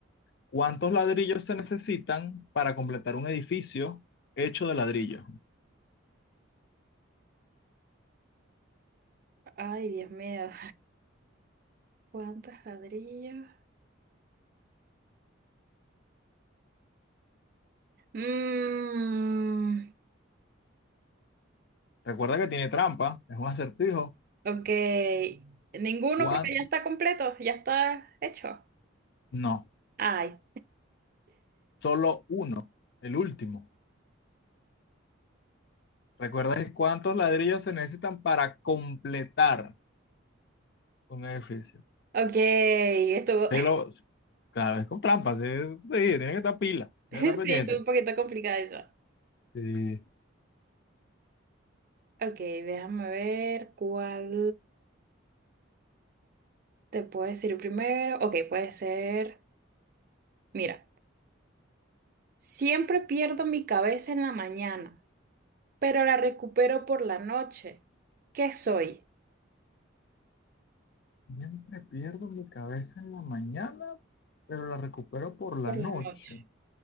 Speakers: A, on the left (about 55°); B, on the right (about 45°).
A: ¿Cuántos ladrillos se necesitan para completar un edificio hecho de ladrillo?
B: Ay, Dios mío. ¿Cuántos ladrillos? Mmm,
A: Recuerda que tiene trampa, es un acertijo.
B: ok. Ninguno
A: ¿Cuán?
B: porque ya está completo, ya está hecho.
A: No,
B: Ay,
A: solo uno, el último. ¿Recuerdas cuántos ladrillos se necesitan para completar un edificio?
B: ok. Estuvo,
A: Te lo, claro, es con trampas, es- sí, tiene que estar pila,
B: <laughs> sí,
A: tiene que estar pendiente.
B: estuvo un poquito complicado eso.
A: Sí.
B: Ok, déjame ver cuál te puedo decir primero. Ok, puede ser, mira, siempre pierdo mi cabeza en la mañana, pero la recupero por la noche. ¿Qué soy?
A: Siempre pierdo mi cabeza en la mañana, pero la recupero por la
B: Por
A: noche.
B: la noche.